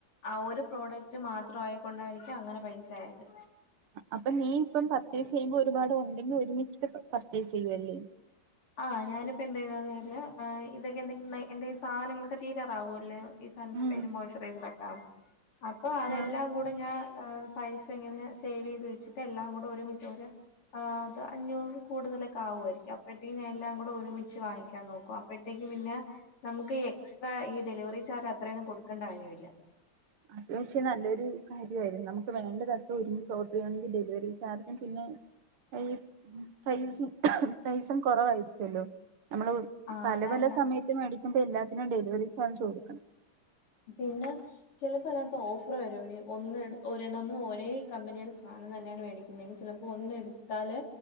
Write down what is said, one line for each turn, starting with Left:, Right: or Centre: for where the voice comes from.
Left: ആ ഒരു പ്രോഡക്റ്റ് മാത്ര ആയിക്കൊണ്ടായിരിക്കാം അങ്ങനെ പൈസായത്
Right: അപ്പൊ നീ ഇപ്പം പർച്ചേസ് ചെയ്യുമ്പോ ഒരുപാട് ഉണ്ടെങ്കിൽ ഒരുമിച്ചിട്ട് പർച്ചേസ് ചെയ്യുവല്ലേ
Left: ആ, ഞാനിപ്പന്തയ്യ അറിയില്ല ഇതൊക്കെ എന്തെങ്കിലും സാധനങ്ങളൊക്കെ തീരാറാവുല്ല സൺസ്ക്രീൻ
Right: ഉം
Left: മോയ്സ്റയും ക ക്കാം അപ്പൊ അതെല്ലാം
Right: ആഹ്
Left: കൂ ഇപ്പഞാൻ പൈസ എങ്ങനെ സേവ് ചെയ്ത് വെച്ചിട്ട് എല്ലാം കൂടെ ഒരുമിച്ചു ഓരോ ആ അത് അഞ്ഞൂറ് കൂടുതലൊക്കെ ആവുആ യിരിക്കാം അപ്പോഴ് ത്തിന് ഞാൻ എല്ലാം കൂടെ ഒരുമിച്ച് വാങ്ങിക്കാൻ നോക്കും അപ്പ ഴ്തേക്ക് പിന്നെ നമുക്ക് ഈ എക്സ്ട്രാ ഈ ഡെലിവറി ചാർജ് അത്രയൊന്നും കൊടുക്കണ്ട കാര്യവില്ല
Right: അത് പക്ഷേ നല്ലൊരു കാര്യവായിരുന്നു നമുക്ക് വേണ്ടതക്ക ഒരുമിച്ചോഡറെയ്യാണെങ്കി ഡെലിവറി ചാർജും പിന്നെ ഈ ഉം പ്രൈസ് പ്രൈസും കൊറവായിരിക്കുവല്ലോ നമ്മളൂ
Left: ആ
Right: പല
Left: അതാണ്
Right: പല സമയത്ത് മേടിക്കുമ്പ എല്ലാത്തിനും ഡെലിവറി ചാർജ് കൊടുക്കണം
Left: പിന്നെ ചെലപ്പ അയിനാത്ത് ഓഫറ് വരുവെടീ ഒന്നെട് ഒരേ നമ്മള് ഒരേ കമ്പനിയുടെ സാനം തന്നെയാണ് മേടിക്കുന്നെങ്കി ചെലപ്പ് പ്പൊ ഒന്നെടുത്താല്